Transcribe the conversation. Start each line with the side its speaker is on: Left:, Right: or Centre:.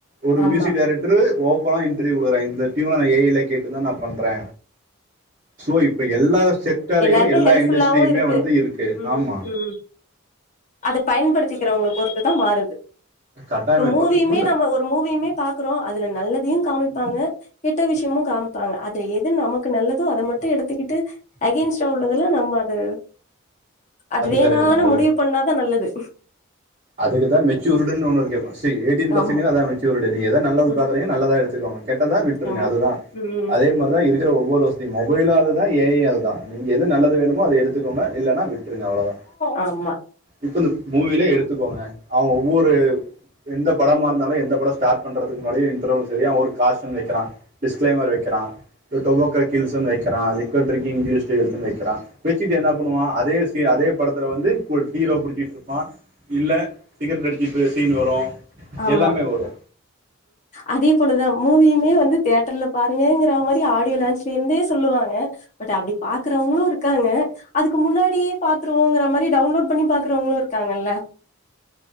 Right: ஒரு
Left: ஆமா
Right: மியூசிக் டேரக்ட் ட்ரு ஓபனா இன்ட்ரீவ் குடுக்குறா இந்த ட்யூன நா ஏ ஐல கேட்டு தா நா பண்றே சோ இப்ப எல்லா செக்டாரையு
Left: எல்லாருக்கு
Right: எல்லா
Left: ஹெல்ப்ஃபுல்லாவு
Right: இண்டஸ்ட்ரியுமே வந்து இருக்கு
Left: ம்
Right: ஆமா
Left: ம் அத பயன்படுத்திக்கிறவங்க பொறுத்து தா மாறுது
Right: கட்டாயமா
Left: இப்ப மூவியுமே
Right: ஒன்னு
Left: நம்ம ஒரு மூவியுமே பாக்குறோ அதுல நல்லதையு காமிப்பாங்க கெட்ட விஷயமு காம்ப்பாங்க அதுல எது நமக்கு நல்லதோ அத மட்டு எடுத்துக்கிட்டு அகென்ஸ்டா உள்ளதெல்லா நம்ம அது அது வேணானு
Right: கரெக்ட் தாங்க
Left: முடிவு பண்ணாதா நல்லது
Right: அதுக்குதா மெச்சூருடுன்னு ஒன்னு இருக்கே ஃபஸ்டு எயிட்டின் ப்ளஸுங்களே
Left: ஆமா
Right: அதா மெச்சூருடு நீ எத நல்லது
Left: ம்
Right: பாக்கறீங்க நல்லதா எடுத்துக்கோங்க கெட்டதா விட்டுருங்க
Left: ஆமா
Right: அதுதா
Left: ம்
Right: அதே மாரி தா இருக்கிற ஒவ்வொரு வசதி மொபைலு அதுதா ஏ ஐ யு அதுதா நீங்க எது நல்லது வேணுமோ அத எடுத்துக்கோங்க இல்லனா விட்ருங்க அவ்ளோதா
Left: ஆமா
Right: இப்ப இந்த மூவிலே எடுத்துக்கோங்க அவுங்க ஒவ்வொரு எந்த படமா இருந்தாலு எந்த படொ ஸ்டார்ட் பண்றதுக்கு முன்னாடியு இன்டர்வு சரியா அவ ஒரு காஸ்டன் வைக்கிறா டிஸ்கிளைமர் வைக்கிறான் டொபோக்கோ கில்ஸ்ன்னு வைக்கிறான் லிக்கட் ட்ரிங்கிங் இன்ஜூரியஸ் டு ஹெல்த்ன்னு வைக்கிறான் வெச்சிட்டு என்ன பண்ணுவா அதே சி அதே படத்துல வந்து கூல் ஹீரோ குடிச்சிட்ருப்பா இல்ல சிகரெட் அடிச்சுட்டுருக்க சீனு வரு
Left: ஆமா
Right: எல்லாமே வரு
Left: அதே போலதா மூவியுமே வந்து தியட்டர்ல பாருங்கங்கிற மாரி ஆடியோ லான்ச்ல இருந்தே சொல்லுவாங்க பட் அப்டி பாக்குறவங்களு இருக்காங்க அதுக்கு முன்னாடியே பாத்துருவோங்கற மாரி டவுன்லோட் பண்ணி பாக்குறவங்களூ இருக்காங்கல்ல